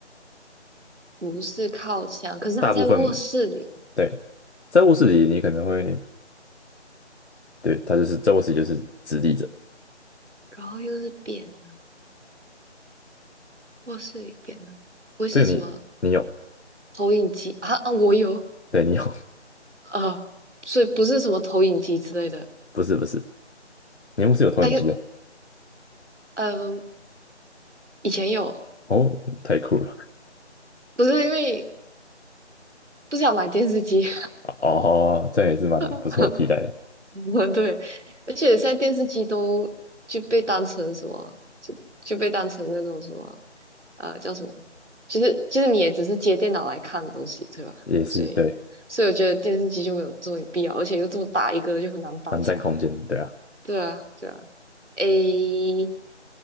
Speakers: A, on the right; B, on the left.
A: 不是靠墙，可是它在卧室里，
B: 大部分对，在卧室里你可能会对它就是在卧室里就是直立着的
A: 然后又是扁的，卧室里扁的，不会是什么
B: 这个你你有，
A: 投影机啊啊，我有
B: 对你有，
A: 啊，所以不是什么投影机之类的，
B: <laughs> 不是不是，你卧室有投影机哦。
A: 还有呃，以前有，
B: 哦，太酷了！
A: 不是因为不想买电视机。
B: 哦，这样也是蛮不错的替代
A: <laughs> <laughs> 对，而且现在电视机都就被当成什么，就就被当成那种什么，呃，叫什么，就是就是你也只是接电脑来看东西，对吧？
B: 也是对，
A: 所以所以我觉得电视机就没有这么必要，而且又这么大一个，就很难搬家。
B: 蛮占空间的，对啊。
A: 对啊，对啊。诶，